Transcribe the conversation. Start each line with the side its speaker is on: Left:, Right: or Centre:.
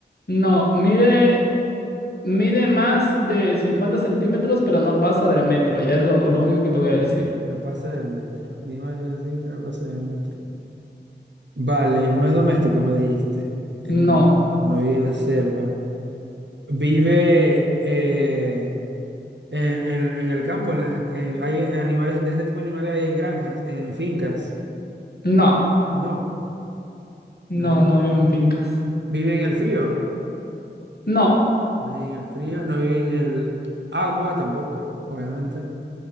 Left: No, mide, mide más de 50 centímetros, pero no pasa del metro. Ya es lo, lo único que te voy a decir.
Right: No pasa del metro. Mi imaginación dice que no pasa del metro. Vale, no es doméstico, me dijiste. Es
Left: No,
Right: mamífero, no vive en la selva. Vive eh, en, en- en el campo, en las, eh, hay animales, de este tipo de animales hay en granjas, en fincas.
Left: no,
Right: No,
Left: no,
Right: no hay ni
Left: no
Right: granjas.
Left: vive en fincas.
Right: Vive en el frío.
Left: No,
Right: No vive en el frío. No vive en el agua tampoco, obviamente.